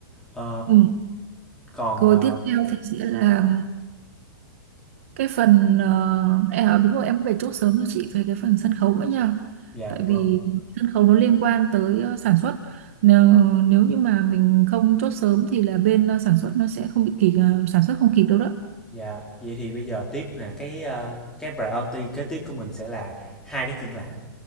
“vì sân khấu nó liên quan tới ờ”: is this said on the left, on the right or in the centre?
Right